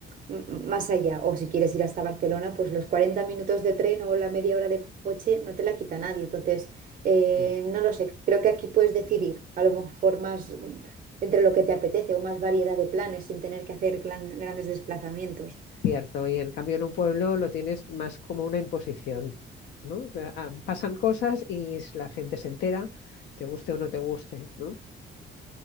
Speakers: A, on the right; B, on the left.
A: m- más allá. O si quieres ir hasta Barcelona, pues los 40 minutos de tren o la media hora de coche no te la quita nadie. Entonces, eh,
B: sí,
A: no lo sé, creo que aquí puedes decidir a lo mejor más mm, entre lo que te apetece o más variedad de planes sin tener que hacer gran- grandes desplazamientos.
B: cierto. Y en cambio en un pueblo lo tienes más como una imposición, ¿no? O sea, ah, pasan cosas y la gente se entera, te guste o no te guste, ¿no?